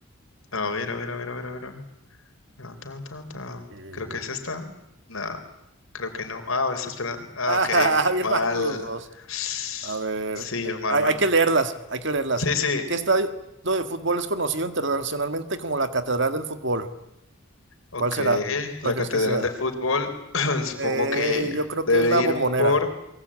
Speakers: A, on the left; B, on the right.
A: a ver, a ver, a ver, a ver, a ver. a ver. Ah, ta, ta, ta.
B: eh,
A: Creo que es esta. No, creo que no. Ah, ahora está esperando.
B: <laughs>
A: Ah,
B: Ah,
A: ok.
B: bien
A: Mal.
B: mal los dos.
A: Sí,
B: A ver,
A: mal,
B: hay,
A: mal,
B: hay
A: mal.
B: que leerlas, hay que leerlas.
A: Sí, sí.
B: ¿Qué estadio de fútbol es conocido internacionalmente como la Catedral del Fútbol?
A: Ok,
B: ¿Cuál será? ¿Cuál
A: la
B: crees
A: Catedral
B: que sea?
A: de Fútbol, <clears throat> supongo
B: Eh,
A: que
B: yo creo
A: debe
B: que es la
A: ir
B: Bombonera.
A: por,